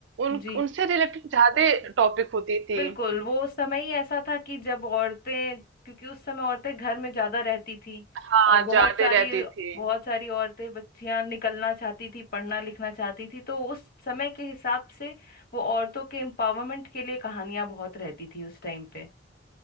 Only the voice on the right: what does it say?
उन
उनसे रिलेटेड ज्यादा
टॉपिक होती थी
हाँ
ज्यादा
रहती थी